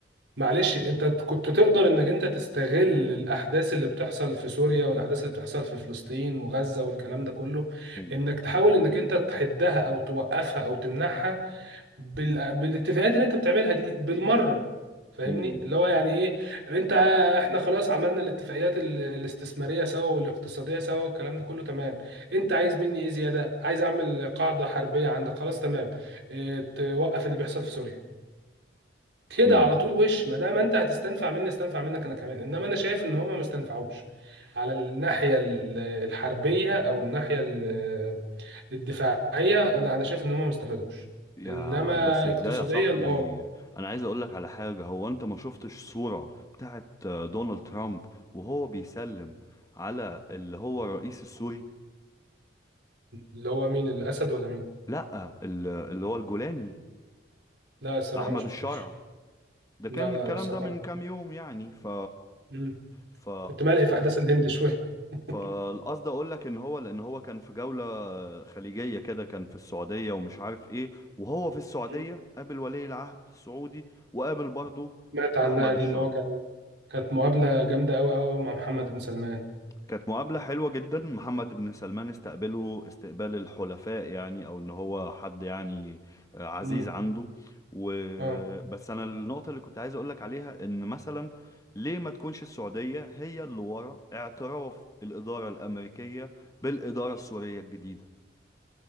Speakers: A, on the right (about 70°); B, on the left (about 20°).
A: معلش انت كنت تقدر انك انت تستغل الاحداث اللي بتحصل في سوريا والاحداث اللي بتحصل في فلسطين وغزة والكلام ده كله
B: مم.
A: انك تحاول انك انت تحدها او توقفها او تمنعها بال... بالاتفاقات اللي انت بتعملها دي بالمرة فاهمني
B: مم.
A: اللي هو يعني ايه انت احنا خلاص عملنا الاتفاقيات ال- الاستثمارية سوا والاقتصادية سوا والكلام ده كله تمام انت عايز مني ايه زيادة عايز اعمل قاعدة حربية عندك خلاص تمام اه... توقف اللي بيحصل في سوريا كده
B: مم.
A: على طول وش ما دام انت هتستنفع مني استنفع منك انا كمان انما انا شايف ان هما ما استنفعوش على الناحيه ال- الحربيه او الناحيه ال- الدفاعيه لا انا شايف ان هما ما استفادوش
B: يا
A: انما
B: بس ازاي
A: اقتصاديا
B: يا صاحبي
A: اه
B: انا عايز اقولك على حاجة هو انت ما شفتش صورة بتاعت آه، دونالد ترامب وهو بيسلم على اللي هو الرئيس السوري
A: اللي هو مين الاسد ولا مين
B: لا ال- اللي هو الجولاني
A: لا الصراحه
B: احمد
A: ما شفتوش
B: الشرع ده
A: لا
B: كان
A: لا
B: الكلام
A: لا الصراحه
B: ده من كام يوم يعني ف
A: مم.
B: ف
A: كنت ملهي في احداث الهند شويه <laughs>
B: فالقصد اقول لك ان هو لان هو كان في جولة خليجية كده كان في السعودية ومش عارف ايه وهو في السعودية
A: مم.
B: قابل ولي العهد السعودي وقابل برضه
A: سمعت عنها
B: احمد
A: دي
B: الشرع
A: ان هو كان كانت مقابله جامده قوي قوي مع محمد بن سلمان
B: كانت مقابلة حلوة جدا محمد بن سلمان استقبله استقبال الحلفاء يعني او ان هو حد يعني آه، عزيز
A: مم.
B: عنده و
A: اه
B: بس انا النقطة اللي كنت عايز اقولك عليها ان مثلا ليه ما تكونش السعودية هي اللي ورا اعتراف الإدارة الأمريكية بالإدارة السورية الجديدة